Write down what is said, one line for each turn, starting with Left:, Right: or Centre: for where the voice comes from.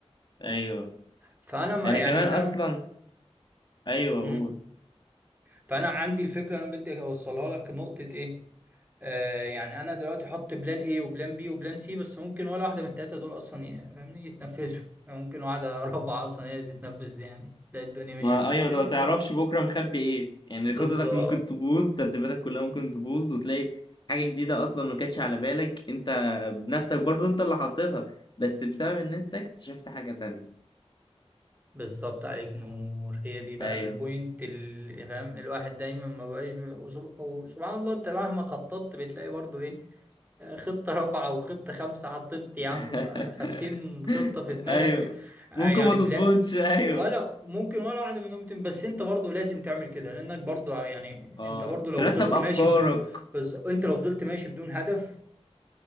Left: ايوه
Right: فانا ما-
Left: انا
Right: يعني
Left: كمان
Right: فاهم
Left: اصلا ايوه قول
Right: مم. فانا عندي الفكرة انا بدي اوصلها لك نقطة ايه آه يعني انا دلوقتي احط بلان ايه وبلان بي وبلان سي بس ممكن ولا واحده من التلاته دول اصلا ي- فاهمني يتنفذوا ممكن واحده <laughs> رابعه اصلا هي اللي تتنفذ يعني تلاقي الدنيا مشيت
Left: ما ايوه
Right: معاك فيها
Left: انت ما
Right: وبتكمل
Left: تعرفش بكره مخبي ايه يعني
Right: بالظبط
Left: خططك ممكن تبوظ ترتيباتك كلها ممكن تبوظ وتلاقي حاجه جديده اصلا ما كانتش على بالك انت بنفسك برضو انت اللي حطيتها بس بسبب ان انت اكتشفت حاجه تانية
Right: بالظبط عليك نور هي دي بقى
Left: ايوه
Right: البوينت اللي فاهم الواحد دايما ما بقاش بي... وسب... وسبحان الله انت مهما خططت بتلاقي برضو ايه خطة رابعة وخطة خمسة حطيت يا عم
Left: <laughs>
Right: خ- خمسين خطة في دماغك
Left: ايوه
Right: آه،
Left: ممكن
Right: يعني
Left: ما تظبطش
Right: بلا
Left: ايوه
Right: ولا ممكن ولا واحدة منهم تم بس انت برضو لازم تعمل كده لانك برضو يعني
Left: اه
Right: انت برضو لو
Left: ترتب
Right: فضلت
Left: افكارك
Right: ماشي بدون بس انت لو فضلت ماشي بدون هدف